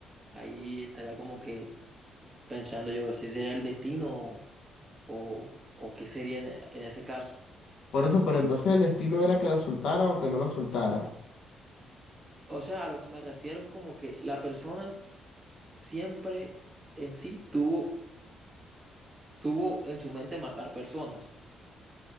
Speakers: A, on the right (about 20°); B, on the left (about 70°).
A: ahí estaría como que pensando yo si sería el destino o, o qué sería en, en ese caso.
B: Por eso, pero entonces el destino era que la soltaran o que no la soltaran.
A: O sea, a lo que me refiero es como que la persona siempre en sí tuvo, tuvo en su mente matar personas.